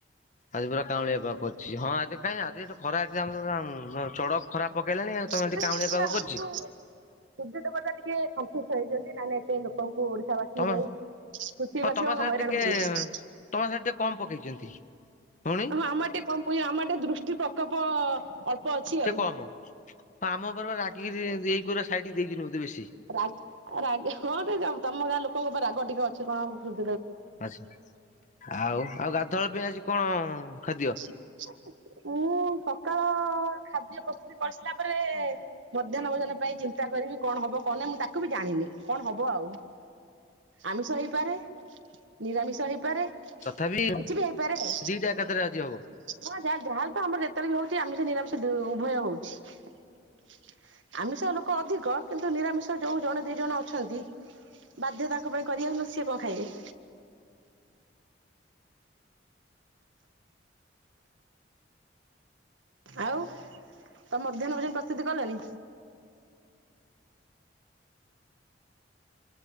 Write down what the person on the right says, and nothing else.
ସୁର୍ଯ୍ୟ
ନା ସିଏ
ଆମକୁ
ସୁର୍ଯ୍ୟ ଦେବତା ଟିକେ ସନ୍ତୁଷ୍ଟ ହେଇଛନ୍ତି। ନହେଲେ ଏତେ ଲୋକଙ୍କୁ ଓଡିଶା ବାସୀ
ହଉ ପୃଥିବୀବାସୀ
ହଉ
ହଇରାଣ
କରିବେନି।
ହଁ ଆମର ଟିକେ କମ୍ <unintelligible> ଆମର ଟିକେ ଦୁ ଦୃଷ୍ଟି ପ୍ରକୋପ ଅଳ୍ପ ଅଛି
ଆଉ।
ରାଗି ରାଗି ହଁ ରେ ଯ ତମ ଗାଁ ଲୋକଙ୍କ ଉପରେ ରାଗ ଟିକେ ଅଛି କଣ ସୁ
<inaudible> ମୁଁ ସକାଳ ଖାଦ୍ୟ ପ୍ରସ୍ତୁତି କରିସାରିଲା ପରେ ମଧ୍ୟାହ୍ନ ଭୋଜନ ପାଇଁ ଚିନ୍ତା କରିବି କଣ ହବ କଣ ନାହିଁ ମୁଁ ତାକୁ ବି ଜାଣିନି କଣ ହବ ଆଉ। ଆମିଷ ହେଇପାରେ ନିରାମିଷ ହେଇପାରେ।
କିଛି ବି ହେଇପାରେ ଆଉ
ହଁ ଯାହା ଯାହାଲେ ତ ଆମର ଯେତେବେଳେ ବି ହଉଛି ଆମିଷ ନିରାମିଷ ଉଭୟ ହଉଛି। ଆମିଷ ଲୋକ ଅଧିକ କିନ୍ତୁ ନିରାମିଷ ଯୋଉ ଜଣେ ଦି ଜଣ ଅଛନ୍ତି ବାଧ୍ୟ ତାଙ୍କ ପାଇଁ କରିବାକୁ ନ ସିଏ କଣ ଖାଇବେ?
ଆଉ ତମ ମଧ୍ୟାହ୍ନ ଭୋଜନ ପ୍ରସ୍ତୁତି କଲେଣିି?